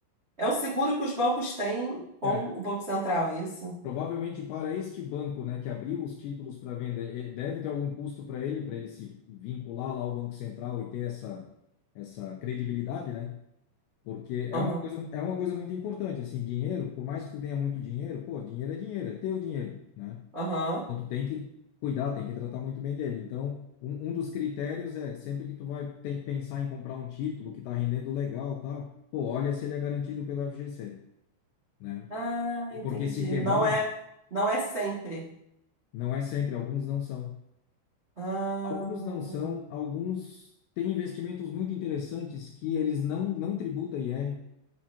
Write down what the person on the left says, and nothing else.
É.
Provavelmente para este banco, né, que abriu os títulos para venda, eh, deve ter algum custo para ele, para ele se vincular lá ao Banco Central e ter essa, essa credibilidade, né? Porque é
uma coisa, é uma coisa muito importante, assim, dinheiro, por mais que tu tenha muito dinheiro, pô, dinheiro é dinheiro, é teu dinheiro, né?
Então, tu tem que cuidar, tem que tratar muito bem dele. Então, um, um dos critérios é sempre que tu vai tem, pensar em comprar um título que está rendendo legal, tal, pô, olha se ele é garantido pelo FGC, né?
Porque se quebrar,
não é sempre, alguns não são.
Alguns não são, alguns têm investimentos muito interessantes que eles não não tributam IR,